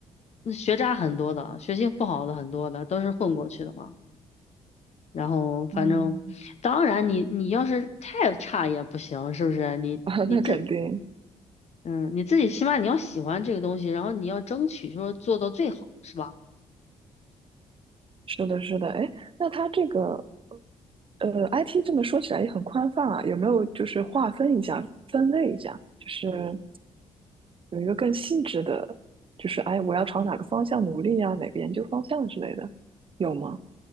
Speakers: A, on the left (about 55°); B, on the right (about 40°).
A: 那学渣很多的，学习不好的很多的，都是混过去的嘛。然后反正，
B: 嗯，
A: 当然你你要是太差也不行，是不是？你你自
B: <laughs> 啊，那肯定
A: 嗯你自己起码你要喜欢这个东西，然后你要争取说做到最好，是吧？
B: 是的，是的。哎，那它这个呃，IT 这么说起来也很宽泛啊，有没有就是划分一下、分类一下，就是有一个更细致的，就是哎，我要朝哪个方向努力呀、哪个研究方向之类的，有吗？